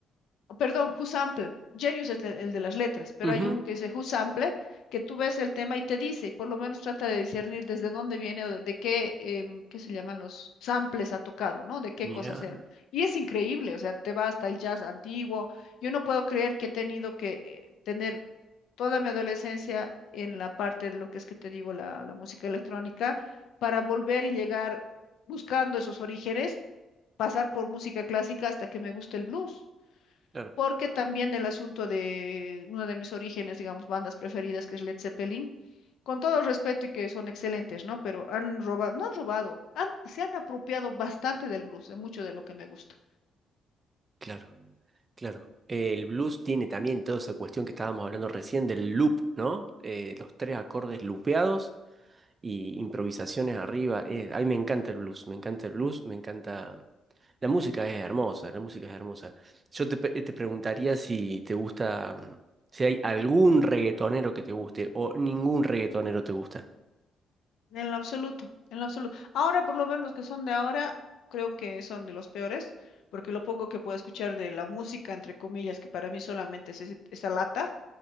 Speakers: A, on the left (about 75°); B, on the right (about 30°).
A: perdón, Who Sampled. Genius es el el de las letras, pero
B: ujú.
A: hay un que dice Who Sampled, que tú ves el tema y te dice, y por lo menos trata de discernir desde dónde viene o de, de qué, em, qué se llaman los samples ha tocado, ¿no? De qué
B: Mira,
A: cosas eran. Y es increíble, o sea, te va hasta el jazz antiguo. Yo no puedo creer que he tenido que eh, tener toda mi adolescencia en la parte de lo que es que te digo, la, la música electrónica, para volver y llegar buscando esos orígenes, pasar por música clásica hasta que me guste el blues
B: claro,
A: porque también el asunto de uno de mis orígenes, digamos, bandas preferidas, que es Led Zeppelin, con todo respeto y que son excelentes, ¿no? Pero han robado, no han robado, han, se han apropiado bastante del blues, de mucho de lo que me gusta.
B: claro, claro. El blues tiene también toda esa cuestión que estábamos hablando recién del loop, ¿no? Eh, los tres acordes loopeados y improvisaciones arriba. eh, ay, me encanta el blues, me encanta el blues, me encanta... mm, La música es hermosa, la música es hermosa. Yo te, pe- eh, te preguntaría si te gusta, mm, si hay algún reggaetonero que te guste o ningún reggaetonero te gusta.
A: En lo absoluto, en lo absoluto. Ahora, por lo menos los que son de ahora, creo que son de los peores, porque lo poco que puedo escuchar de la música, entre comillas, que para mí solamente es ese- esa lata,